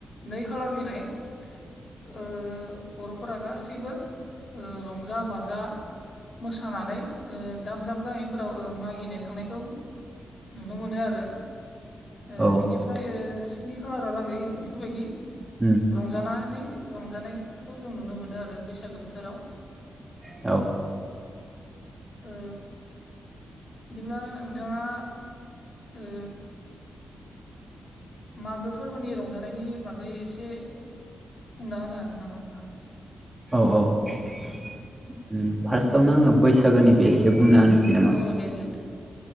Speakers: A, on the left (about 50°); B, on the right (about 20°).
A: नै खालारनिफाय ओ बर'फोरा गासिबो ओ रंजा बाजा मोसानानै ओ दाब दाब गामिफोराव ओ मागिनो थांनायखौ नुनो मोनो आरो ओ
B: उम
A: बिनिफ्राय ओ स्नि खालारहालागै एफोरबायदि
B: उ
A: रंजानानै रंजानायखौ जों नुनो मोनो आरो बैसागो बोथोराव
B: औ
A: ओ बिदिब्ला नोंथाङा ओ मागो फोरबोनि रंजानायनि बागै एसे बुंना होनो हागोन नामा होमब्ला?
B: औ औ उ फार्स्टआवनो आङो बैसागोनि एसे
A: औ
B: बुंना होनोसै नामा?
A: औ दे दे बुं।